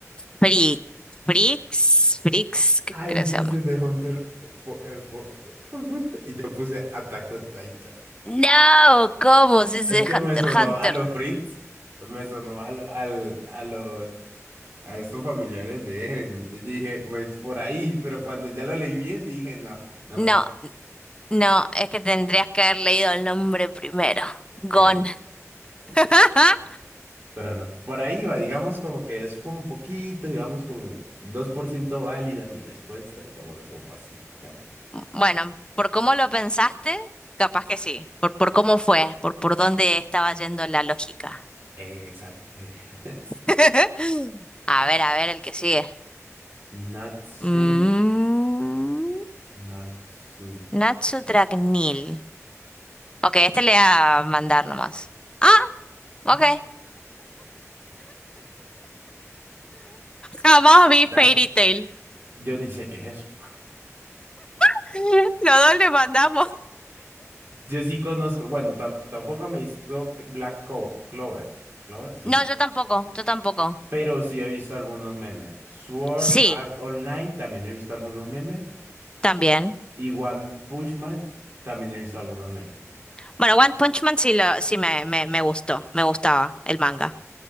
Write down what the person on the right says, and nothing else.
Ay,
sí,
ese es de Hunter fo- eh, fo- por Hunter. Y yo puse Attack on Titan.
Es que
me sonó
a los Fritz, me sonó al, al, a los, a estos familiares de Eren. Entonces Yo dije, pues por ahí, pero cuando ya lo leí bien, dije, no, no
me
Pero no, por ahí va, digamos como que es como un poquito, digamos como 2% válida mi respuesta, digámoslo como así, digamos.
Eh, Exacto. <laughs> eh.
Natsu,
Natsu.
ah,
¿verdad?
Yo ni sé qué es eso.
Yo sí conozco, bueno, tam- tampoco me he visto Black Co- Clover. Clover, sí.
Pero sí he visto algunos memes. Sword
Art Online también he visto algunos memes.
Y One Punch Man también he visto algunos memes.